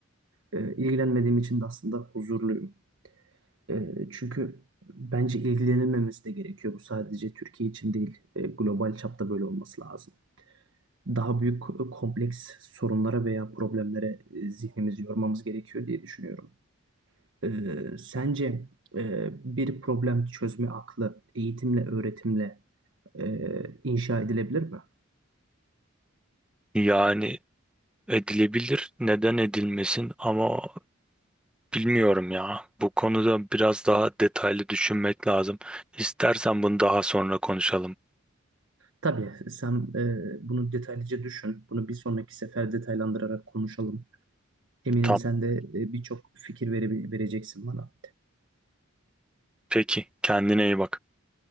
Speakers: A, on the right; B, in the centre.
A: E, ilgilenmediğim için de aslında huzurluyum. E, çünkü bence ilgilenilmemesi de gerekiyor. Bu sadece Türkiye için değil, e, global çapta böyle olması lazım daha büyük e, kompleks sorunlara veya problemlere e, zihnimizi yormamız gerekiyor diye düşünüyorum. Ee, sence e, bir problem çözme aklı eğitimle, öğretimle e, inşa edilebilir mi?
B: Yani edilebilir, neden edilmesin ama bilmiyorum ya. Bu konuda biraz daha detaylı düşünmek lazım. İstersen bunu daha sonra konuşalım.
A: Tabii sen e, bunu detaylıca düşün. Bunu bir sonraki sefer detaylandırarak konuşalım. Eminim
B: Tamam.
A: sen de e, birçok fikir vere- vereceksin bana.
B: Peki, kendine iyi bak.